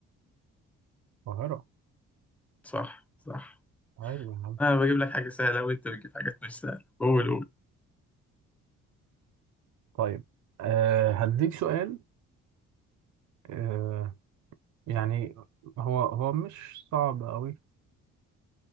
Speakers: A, on the right; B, in the centre.
A: القاهرة
B: صح صح
A: ايوه يا عم
B: انا بجيب لك حاجه سهله وانت بتجيب حاجات مش سهله قول قول
A: طيب أه هديك سؤال أه يعني هو هو مش صعب قوي